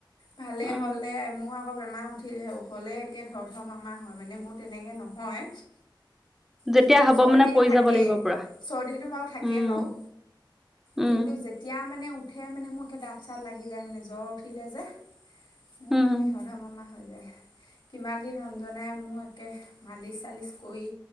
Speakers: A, on the left (about 80°); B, in the centre.
A: ভালে
B: অ
A: হ'লে, এ মোৰ আকৌ বেমাৰ <unintelligible> হলে একে ধৰ-ধৰ মাৰ-মাৰ হয়, মানে মোৰ তেনেকে নহয়
B: যেতিয়া
A: কিন্তু মোৰ
B: হব
A: চৰ্দিটো
B: মানে পৰি
A: থাকেই,
B: যাব লাগিব পুৰা
A: চৰ্দিটো বাৰু থাকেই
B: উম
A: বাৰু,
B: উম
A: কিন্তু যেতিয়া মানে সে মানে মো দাঁত চাত লাগি যায় মানে, জ্বৰ উঠিলে যে মোৰ
B: উম
A: মানে একে ধৰ-ধৰ, মাৰ-মাৰ হৈ যায়। কিমান দিন ৰঞ্জনাই মোক একে মালিচ চালিচ কৰি,